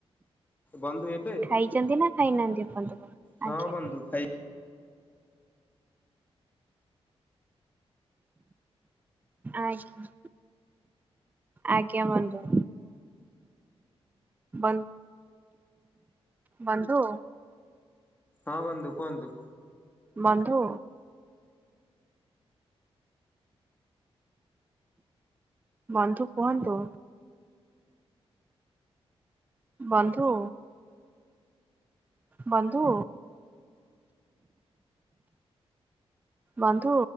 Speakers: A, on the left (about 15°); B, on the right (about 15°).
A: ବନ୍ଧୁ ହେ
B: ଖାଇଛନ୍ତି ନା ଖାଇନାହାନ୍ତି ଆନ୍ତ
A: ହଁ
B: ଆଜ୍ଞା
A: ବନ୍ଧୁ ଖାଇ
B: ଆଜ୍ଞା ଆଜ୍ଞ ବନ୍ଧୁ ବ ବନ୍ଧୁ
A: ହଁ ବନ୍ଧୁ କୁହନ୍ତୁ।
B: ବନ୍ଧୁ ବନ୍ଧୁ କୁହନ୍ତୁ। ବନ୍ଧୁ ବନ୍ଧୁ ବନ୍ଧୁ